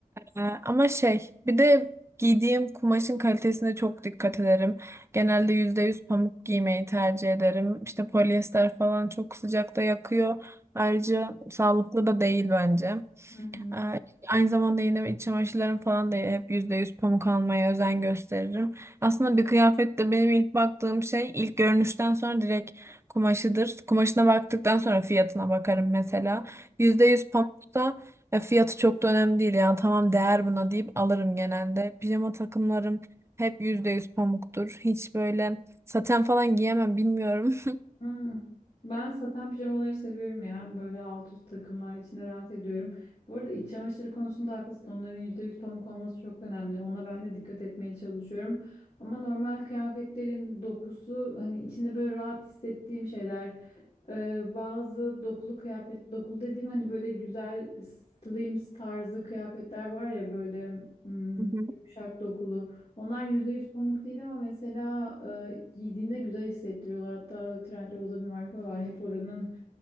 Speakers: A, on the right (about 20°); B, on the left (about 45°).
A: Ee, Ama şey bir de giydiğim kumaşın kalitesine çok dikkat ederim. Genelde %100 pamuk giymeyi tercih ederim. İşte polyester falan çok sıcakta yakıyor. Ayrıca sağlıklı da değil bence.
B: Hı
A: Ee, Aynı zamanda yine iç çamaşırlarım falan da hep %100 pamuk almaya özen gösteririm. Aslında bir kıyafette benim ilk baktığım şey ilk görünüşten sonra direkt kumaşıdır. Kumaşına baktıktan sonra fiyatına bakarım mesela.
B: hı.
A: yüzde yüz pamuksa e, fiyatı çok da önemli değil ya tamam değer buna deyip alırım genelde. Pijama takımlarım hep %100 pamuktur. Hiç böyle saten falan giyemem bilmiyorum.
B: Hmm. Ben saten pijamaları seviyorum ya. Böyle alt üst takımlar içinde rahat ediyorum. Bu arada iç çamaşırı konusunda haklısın. Onların %100 pamuk olması çok önemli. Ona ben de dikkat etmeye çalışıyorum. Ama normal kıyafetlerin dokusu hani içinde böyle rahat hissettiğim şeyler. Ee, bazı dokulu kıyafet, dokulu dediğim hani böyle güzel slims tarzı kıyafetler var ya böyle hmm,
A: <laughs>
B: yumuşak dokulu. Onlar %100 pamuk değil ama mesela e, giydiğinde güzel hissettiriyorlar. Hatta Trendyol'da bir marka var. Hep oranın